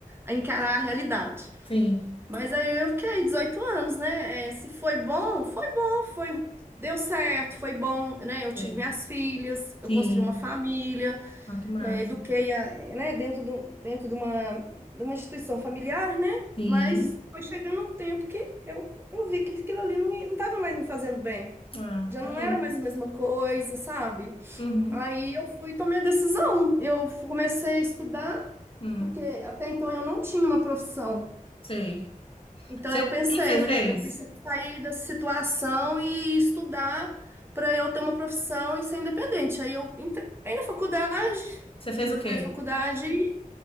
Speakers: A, on the right; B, on the left.
A: encarar a realidade.
B: Sim,
A: Mas aí eu fiquei 18 anos, né? É, se foi bom, foi bom, foi, deu certo, foi bom, né? Eu tive
B: sei.
A: minhas filhas,
B: Sim.
A: eu construí uma família,
B: Olha que massa.
A: é, eduquei, a- é, né? Dentro do, dentro de uma, de uma instituição familiar, né?
B: Sim.
A: Mas foi chegando um tempo que eu, eu vi que aquilo ali não, ia- não estava mais me fazendo bem.
B: Ah,
A: Já não
B: é
A: era
B: isso.
A: mais a mesma coisa, sabe?
B: Uhum.
A: Aí eu fui e tomei a decisão. Eu fu- comecei a estudar,
B: Uhum.
A: porque até então eu não tinha uma profissão.
B: Sei.
A: Então
B: Você-
A: eu pensei,
B: O que que você fez?
A: né? Eu preciso sair dessa situação e estudar para eu ter uma profissão e ser independente. Aí eu entrei na faculdade,
B: Você fez
A: entrei
B: o quê?
A: na faculdade e